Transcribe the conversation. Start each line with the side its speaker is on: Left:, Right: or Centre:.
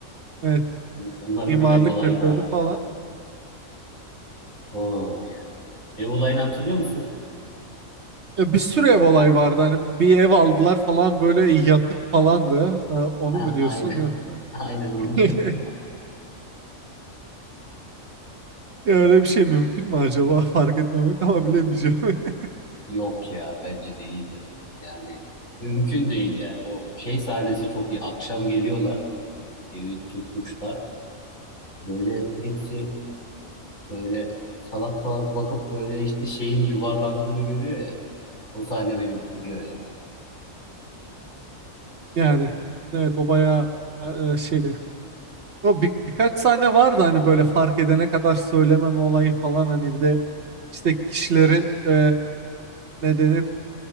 Right: Evet.
Left: On- Onların
Right: Mimarlık
Left: bir ev olayı
Right: yapıyordu
Left: vardı
Right: falan.
Left: ya. Oy. Ev olayını hatırlıyor musun?
Right: Ya bir sürü ev olay vardı hani bir bir ev aldılar falan böyle yatık falandı. Ee, onu
Left: Ah,
Right: mu diyorsun
Left: aynen.
Right: yoksa?
Left: <laughs> Aynen onu
Right: <laughs>
Left: diyorum. <laughs>
Right: Ya Öyle bir şey mümkün mü acaba? <laughs> Fark etmemek ama bilemeyeceğim. <laughs>
Left: Yok ya bence değildir. Yani mümkün değil ya. O şey sahnesi çok iyi. Akşam geliyorlar. Evi tutmuşlar. Böyle hepsi böyle salak salak bakıp böyle işte şeyin yuvarlandığını görüyor ya. O sahne beni bitiriyor ya.
Right: Yani evet o bayağı e, şeydi. O bir, birkaç sahne vardı hani böyle fark edene kadar söylememe olayı falan hani bir de işte kişilerin e, ne denir